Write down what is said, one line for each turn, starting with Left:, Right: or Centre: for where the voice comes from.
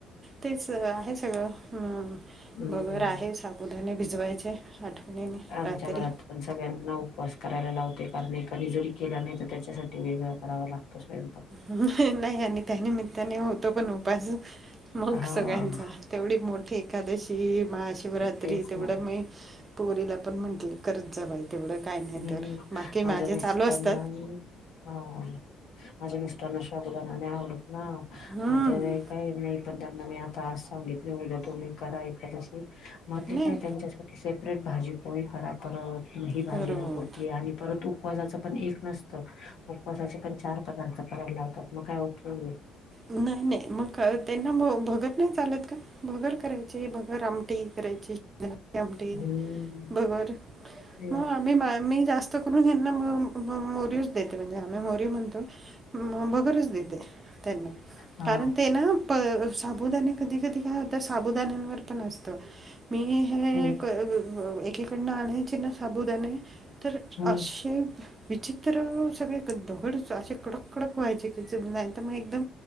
Right: तेच आहे सगळं ह
Left: हम्म
Right: भगर आहे. पुधाने भिजवायचे. आठवणीने.
Left: आमच्या
Right: रात्री
Left: घरात........ पण सगळ्यांना उपवास करायला लावते कारण एकाने जरी केला नाही तर त्याच्यासाठी वेग करावा लागतो स्वयंपाक.
Right: नाही आणि त्या निमित्ताने होतं पण उपवास. मग
Left: हा
Right: सगळ्यांचा तेवढी मोठी एकादशी महाशिवरात्री
Left: तेच
Right: तेवढं
Left: ना
Right: म....... पोरीला पण म्हंटलं करत जा बाई. केवढं काय न
Left: हम्म
Right: <inaudible> तर बाकी
Left: माझ्या
Right: माझे
Left: मिस्टरांना
Right: चालू असत
Left: हा माझ्या मिस्टरना साबुदाणा नाय आवडत ना
Right: हम्म
Left: मग ते <inaudible> पण त्यांना मी आता आज सांगितले वेगल तुम्ही करा एखादशी मग ते
Right: नाही
Left: काय त्यांच्यास <inaudible> <inaudible> भाजी पोळी करा परत ही भाजी
Right: बरोबर
Left: नकोती आणि.... परत उपवासाचं पण एक नसतं उपवासाचे पण चार पदार्थ करायला लावतात मग काय उपयो
Right: नाही नाही मग त्यांना म भगर नाय चालत का? भगर करायचे भगर आमटी करायची <inaudible> एवढी
Left: हम्म
Right: भगर <unintelligible>
Left: ते
Right: मी म मी जास्त करून यांना म-अ-म मोरियोच देते म्हणजे आम्ही मोरीयो म्हणतो. म भगरच देते, त्यांना
Left: हा
Right: कारण ते ना प साबुदाणे कधी कधी काय होत. साबुदाण्यांवर पण असत मी हे
Left: हम्म
Right: <unintelligible> एकेकडन आणायचेना साबुदाणे तर
Left: हम्म
Right: अशे विचित्रर सगळे दगड असे कडक कडक व्हायचे की जर नाय तर मग एकदम